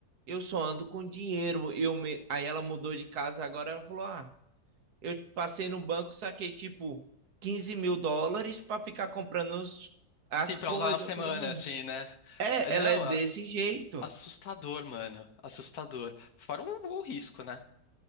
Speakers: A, on the right; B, on the left.
A: eu só ando com dinheiro. Eu me... Aí ela mudou de casa agora. Ela falou: ah, eu passei no banco, saquei tipo quinze mil dólares para ficar comprando os- as
B: Sim,
A: coisas.
B: pra usar na semana,
A: Eu falei, mano,
B: assim, né?
A: é,
B: Ah, Não,
A: ela é desse
B: a-
A: jeito.
B: assustador, mano. Assustador. Fora o, o risco, né?